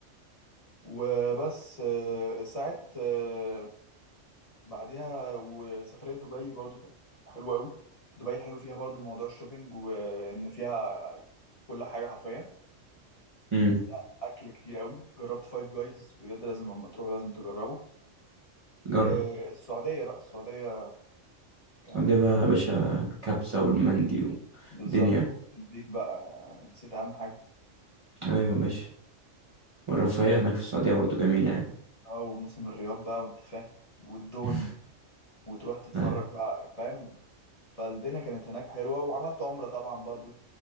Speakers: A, on the left; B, on the right.
A: وبس آه، ساعة آه، بعدها وسافرت دبي برضو كانت حلوة قوي دبي الحلو فيها برضو موضوع الشوبينج وإن فيها كل حاجة حرفيا
B: مم.
A: وفيها أكل كتير قوي جربت فايف جايز بجد لازم لما تروحوا لازم تجربه والسعودية
B: جرب
A: بقى السعودية كانت
B: السعودية بقى يا باشا كبسة والمندي
A: بالظبط
B: ودنيا
A: البيك بقى نسيت أهم حاجة
B: أيوه ماشي والرفاهية هناك في السعودية برضو جميلة يعني
A: اه وموسم الرياض بقى وأنت فاهم والدون
B: <laughs>
A: وتروح تتفرج
B: أيوه
A: بقى فاهم فالدنيا كانت هناك حلوة وعملت عمرة طبعا برضو